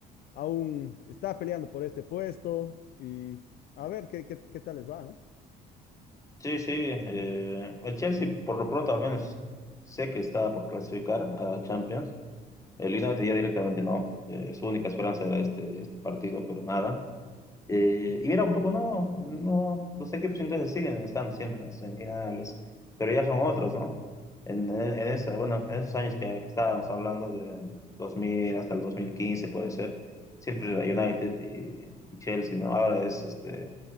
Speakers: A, on the left (about 65°); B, on the left (about 20°).
A: aún está peleando por este puesto y a ver qué, qué, qué tal les va, ¿no?
B: Sí, sí, eh, el Chelsea por lo pronto al menos sé que está por clasificar a la Champions. El United ya directamente no, eh, es su única esperanza era este, este partido, pero nada. Eh, y mira, un poco no, no, los equipos ingleses siguen estando siempre en las semifinales, pero ya son otros, ¿no? En, en esa- bueno, en esos años que, que estábamos hablando, de 2000 hasta el 2015, puede ser, siempre era United y, y Chelsea, ¿no? Ahora es este,